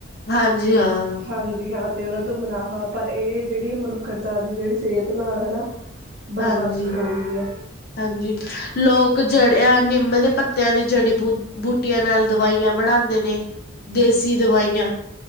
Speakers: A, on the left; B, on the right.
A: ਹਾਂਜੀ ਹਾਂ
B: ਹਾਂਜੀ ਹਾਂ ਤੇ ਉਹਨਾਂ ਤੋਂ ਮੁਨਾਫ਼ਾ ਪਰ ਇਹ ਜਿਹੜੀ ਮਨੁੱਖਤਾ ਦੀ ਜਿਹੜੀ ਸਿਹਤ ਨਾਲ ਹਨਾ ਬਰਬਾਦੀ
A: ਹਾਂਜੀ
B: ਹੋ ਰਹੀ ਹੈ।
A: ਹਾਂਜੀ ਲੋਕ ਜੜ ਨਿੰਮ ਦੇ ਪੱਤਿਆਂ ਦੀ ਜੜੀ ਬੂਟ ਬੂਟੀਆਂ ਨਾਲ ਦਵਾਈਆਂ ਬਣਾਉਂਦੇ ਨੇ ਦੇਸੀ ਦਵਾਈਆਂ